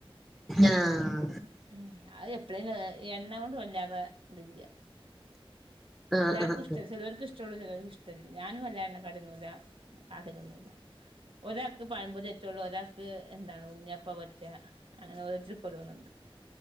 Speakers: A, in the centre; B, on the right (about 65°).
A: ആഹ്
B: ഉം അത് <unintelligible> എണ്ണകൊണ്ട് വല്ലാതെ ഇതില്ല്യ
A: ആഹ്
B: എല്ലാർക്കുംഷ്ട
A: ആഹ്
B: ചേലോർക്ക് <unintelligible> ചേലോർക്ക് ഞാനും വല്ല എണ്ണ <unintelligible> കാക്ക ഇതൊന്നുമില്ല ഒരാൾക്ക് പഴമ്പൊരി പറ്റുള്ളൂ ഒരാൾക്ക് എന്താണ് ഉണ്ണിയപ്പ പറ്റാ അങ്ങനാ <unintelligible> <unintelligible>